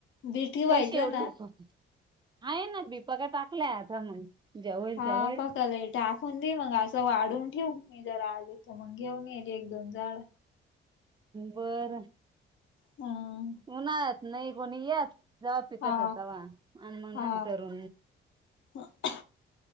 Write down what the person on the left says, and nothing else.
बी ठेवायचं
ना
हा
पकाल येटा दून दे मग असं वाढून ठेव मी जरा आले तर मग घेऊन येले एक दोन झाड
ह
हा
हा
<unintelligible>